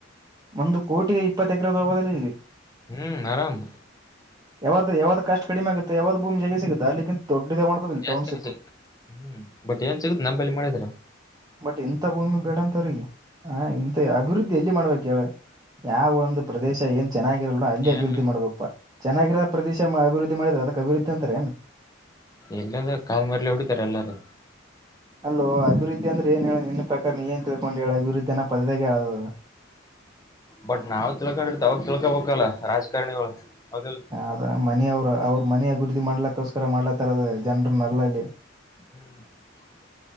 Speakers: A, on the right; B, on the left.
A: ಒಂದು ಕೋಟಿಿಗೆ ಇಪ್ಪತ್ತು ಎಕರೆ ತಗಲ್ಲಿ
B: ಹ್ಮ್ ಆರಾಮ
A: ಯಾವ್ದ ಯಾವ್ ಕಷ್ಟ ಕಡಿಮೆ ಆುತ್ತೆ ಯಾವ್ದ ಭೂಮಿ ಜಗ ಸಿಗುತ್ತೆ ಅಲ್ಲಿಕ್ಕಿಂತ ದೊಡ್ಡದೇ ಮಾಡ್ಬೋದಿಲ್ಲ
B: ಜಾಸ್ತ
A: ಟೌನ್ಶಿಪ್
B: ಸಿಗ ಹ್ಮ ಬಟ್ ಏನ್ ಸಿಗುತ್ತ ನಂಬಲ್ಲಿ ಮಾಡಿದರ
A: ಬಟ್ ಎಂಂತ ಭೂಮಿ ಬೇಡಂತವಿಗೆ ಹ ಇಂತ ಅಭಿವೃದ್ಧಿ ಎಲ್ಲಿ ಮಾಡ್ಬೇಕ ಹೇಳ ಯಾವ ಒಂದು ಪ್ರದೇಶ ಏನ್ ಚೆನ್ನಾಗಿರಲ್ವಾ ಅಲ್ಲಿ ಅಭಿವೃದ್ಧಿ
B: ಏನ್
A: ಮಾಡ್ಬೇಕಪ್ಪಾ ಚೆನ್ನಾಗಿರೋ ಪ್ರದೇಶ ಅಭಿವೃದ್ಧಿ ಮಾಡಿದ್ರ ಅದಕ್ ಅಭಿವೃದ್ಧಿ ಅಂತ ೇ
B: ಎಲ್ಲಂದ ಕಲ್ ಮಾಡಲ್ಲ ಎಡು ತಾರೆ ಎಲ್ಲಾರ
A: ಅಲ್ಲೋ ಅಭಿವೃದ್ಧಿ ಅಂದ್ರೆ ಏನ್ ಹೇಳೋ ನಿನ್ನ ಪ್ರಕಾರನ ಏನ್ ತಿಳ್ಕೊಂಡು ಹೇಳ ಅಭಿವೃದ್ಧಿಯನ ಪದದಾಗ <unintelligible> ಹೇಳೋದ
B: ಬಟ್ ನಾವ್ ತಿಳ್ಕೊಂಡಿರ್ತ ಅವ್ರ ತಿಳ್ಕೊಬಬೇಕಲ್ಲ ರಾಜಕಾರಣಿಳ ಹೌದಿಲ್ಲ
A: ಅದ ಮನಿ ಅವ್ರ ಅವ್ರ ಮನೆ ಅಭಿವೃದ್ಧಿ ಮಾಡಲಕ್ಕೋಸ್ಕರ ಮಾಡ್ಲತಾರದ ಜನರನ್ನ ಅಲ್ಲಲ್ಲಿ
B: ಹ್ಮ್